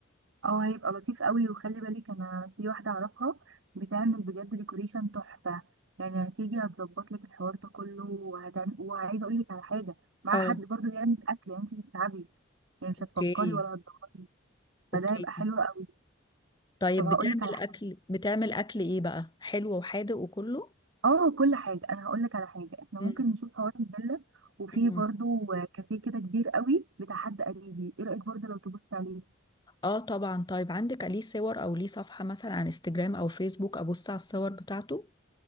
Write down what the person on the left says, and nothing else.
اه
اوكي
اوكي
طيب
بتعمل
أكل بتعمل أكل إيه بقى حلو وحادق وكله
مم.
مم.
اه طبعا طيب عندك ليه صور او ليه صفحة مثلا على انستجرام او فيسبوك ابص على الصور بتاعته